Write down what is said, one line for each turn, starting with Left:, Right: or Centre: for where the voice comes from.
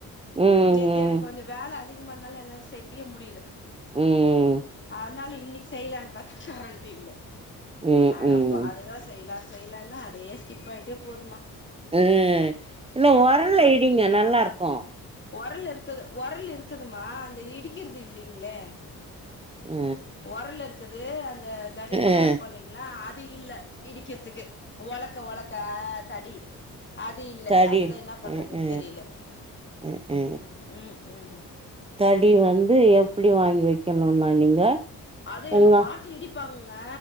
Right: ம்
Left: நேத்து எனக் கொஞ்சோ வேலை அதிகமா இருந்தாலு என்னலா செய்ய முடில
Right: ம் ம்
Left: அதனால இன்னைக்கு செய்யலன்னனு பாத்த கரண்ட் இல்ல
Right: ம்
Left: அட
Right: ம்
Left: அப்ப அததுதா செய்யலா செய்யலன்னா அடியே ஸ்கிப் ஆயிட்டே போதும்மா
Right: ஆ இல்ல உரல்ல இடிங்க நல்லா இருக்கு
Left: உரல் இருக்குது உரல் இருக்குதுமா அந்த இடிக்கிறது இல்லலைங்களே
Right: ஆ
Left: ஒரல் இருக்குது அந்த தடிமனா
Right: ஆ
Left: இருக்கு இல்லைங்களா அது இல்ல இடிக்கிறதுக்கு ஒலக்க ஒலக்க தடி அது இல்ல
Right: தடி
Left: அதுதா என்ன பண்ணுறதுன்னு
Right: அ அ
Left: தெரியல
Right: அ அ
Left: ம் ம்
Right: தடி வந்து எப்டி வாங்கி வைக்கணும்னா நீங்க
Left: அது எங்க
Right: உங்க
Left: பாட்டி இடிப்பாங்க